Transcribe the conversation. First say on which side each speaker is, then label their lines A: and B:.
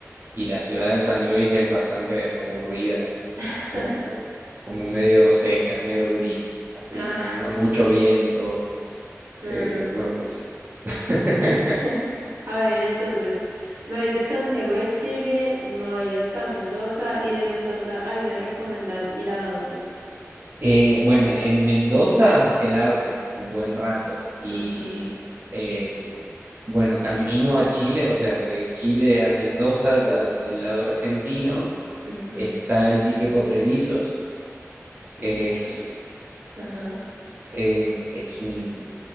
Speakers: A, on the right; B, on the right.
A: y la ciudad de San Luis es bastante aburrida
B: <laughs>
A: como, como medio seca, medio gris, así,
B: Ah,
A: ¿no? mucho viento,
B: ah.
A: eh, no, no sé. <laughs>
B: <laughs> A ver, entonces, me voy de Santiago de Chile, me voy hasta Mendoza y de Mendoza, ay, ¿me recomendás ir a dónde?
A: Eh, bueno, en Mendoza quedarte un buen rato y
B: Ajá,
A: eh, bueno, camino a Chile, o sea, de Chile a Mendoza, ya del lado argentino,
B: ajá.
A: está el dique Potrerillos, que
B: Di
A: es
B: que, pro- ajá.
A: eh, es un,